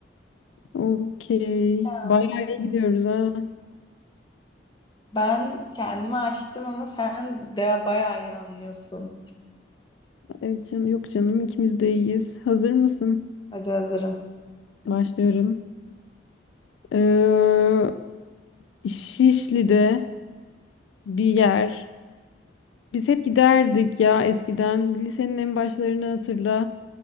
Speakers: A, on the left (about 80°); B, on the left (about 25°).
A: Okey.
B: <laughs> Tamam.
A: Bayağı iyi gidiyoruz ha.
B: Ben kendimi açtım ama sen de bayağı iyi anlıyorsun.
A: Ay can- yok canım ikimiz de iyiyiz. Hazır mısın?
B: Hadi hazırım.
A: Başlıyorum. Ee, Şişli'de bir yer. Biz hep giderdik ya eskiden. Lisenin en başlarını hatırla.